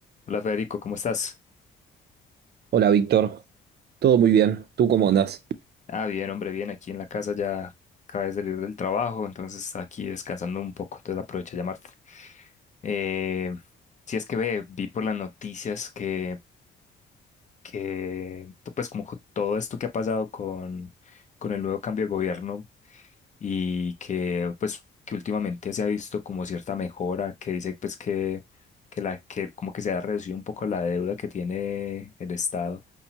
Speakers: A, on the left (about 35°); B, on the right (about 55°).
A: Hola Federico, ¿cómo estás?
B: Hola Víctor, todo muy bien, ¿tú cómo andás?
A: Ah, bien, hombre, bien, aquí en la casa ya acabé de salir del trabajo, entonces aquí descansando un poco, entonces aprovecho a llamarte. Eh, si es que ve, vi por las noticias que, que to- pues como co- todo esto que ha pasado con, con el nuevo cambio de gobierno y que pues que últimamente se ha visto como cierta mejora, que dice pues que, que la que como que se ha reducido un poco la deuda que tiene el Estado